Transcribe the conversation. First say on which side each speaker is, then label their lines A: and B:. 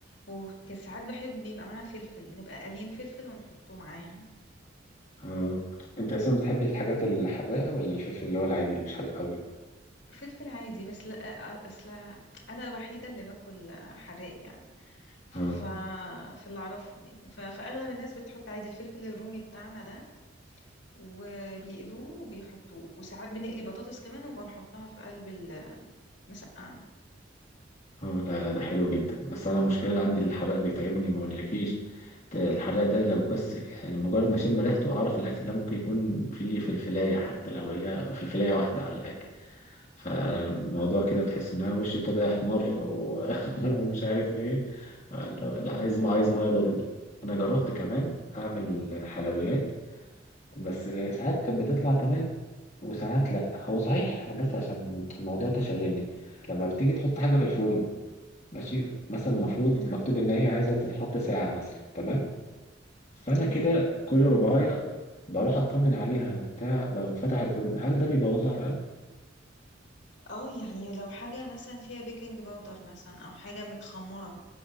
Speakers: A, on the left; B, on the left.
A: وكساعات بحب يبقى معاها فلفل نبقى قالين فلفل ونحطه معاها
B: اه انت اصلا بتحبي الحاجات الحراقة ولا الفلفل اللي هو العادي اللي مش حراق قوي؟
A: وفلفل عادي بس لا اصل انا الوحيدة اللي باكل حراق يعني ف
B: اه
A: في اللي اعرفهم يعني ف... فاغلب الناس بتحط عادي الفلفل الرومي بتاعنا ده وبيقلوه وبيحطوه وساعات بنقلي بطاطس كمان وبنحطها في قلب المسقعة
B: اه لا لا ده حلو جدا بس انا المشكله اللي عندي الحرق بيتعبني ما اقولكيش ده الحرق ده لو بس يعني مجرد ما اشم ريحته اعرف الاكل ده ممكن يكون فيه فلفلايه حتى لو هي فلفلايه واحده ولا حاجه فالموضوع
A: ايوه
B: كده بتحس ان انا وشي ابتدى يحمر و- <laughs> ومش عارف ايه لا
A: ايوه
B: لا، عايز ما عايز ميه ضروري انا جربت كمان اعمل حلويات بس ساعات كانت بتطلع تمام وساعات لا هو صحيح بس عشان الموضوع ده شاغلني لما بتيجي تحط حاجة في الفرن ماشي مثلا
A: مم.
B: المفروض
A: مم.
B: مكتوب ان هي عايزه تتحط ساعه مثلا تمام فانا
A: تمام
B: كده كل رباعيه بروح اطمن عليها وبتاع بقوم فاتح الفرن هل ده بيبوظها فعلا
A: اه يعني لو حاجة مثلا فيها بيكنج باودر مثلا او حاجة متخمرة